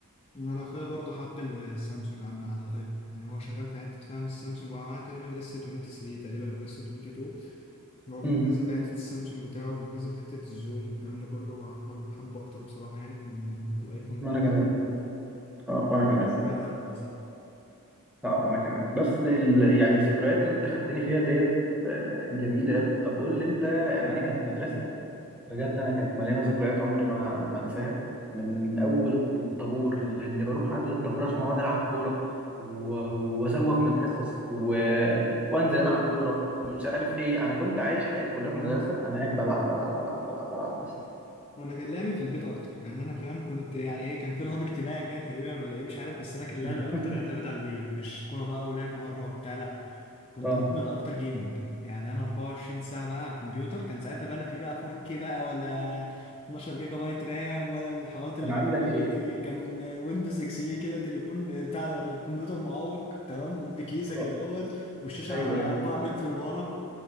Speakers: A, on the left (about 25°); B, in the centre.
A: انا اخويا برضه حب السامسونج عن عن الايفون يعني هو شغال في حته فاهم السامسونج هو معاه تقريبا اس 23 تقريبا او اس 22 هو منجذب
B: امم
A: لحته السامسونج بتاعه منجذب لحته الزوم الكلام ده كله هو حابب حبه اكتر بصراحه يعني من من الايفون
B: وانا
A: وقت
B: كمان
A: الايفون
B: اه وانا كمان
A: ازاي بعد عنه اصلا
B: اه وانا كمان بس ال... يعني الذكريات اللي انت خدتني فيها ديت آه، جميله قوي طب قول لي انت يعني انا كانت مدرستي بجد انا كانت مليانه ذكريات عمري ما ما انساها من اول الطابور اللي بروح قبل الطابور عشان اقعد العب كوره و- وازوغ من الحصص و... وانزل العب كوره ومش عارف ايه انا كنت عايش حياتي كلها في المدرسه انا قاعد بلعب بلعب بلعب بلعب بلعب بس
A: انا كان لعبي في البيت اكتر يعني انا فاهم كنت يعني ايه كان في رهاب اجتماعي كده تقريبا ولا ايه مش عارف بس انا كان
B: <laughs>
A: لعبي اكتر يعتمد على البيت مش كوره بقى ولعب بره وبتاع لا كنت
B: اه
A: مدمن اكتر جيمنج يعني انا 24 ساعه بقى على الكمبيوتر كان ساعتها بقى لا في بقى 4K بقى ولا 12 جيجا بايت رام ولا الحوارات
B: كان
A: اللي
B: عندك
A: كانت موجوده
B: ايه
A: دلوقتي دي كان ويندوز اكس بي كده تليفون بتاع الكمبيوتر معوق تمام بكيسه كده
B: اه
A: اهوت والشاشه
B: ايوه
A: 4
B: ايوه ايوه
A: متر لورا